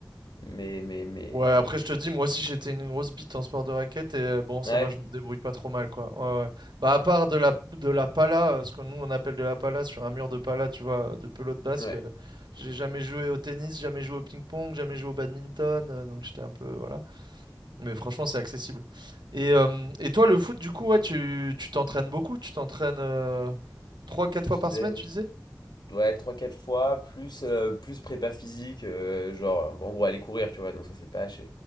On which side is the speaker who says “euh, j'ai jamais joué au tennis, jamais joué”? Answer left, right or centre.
Right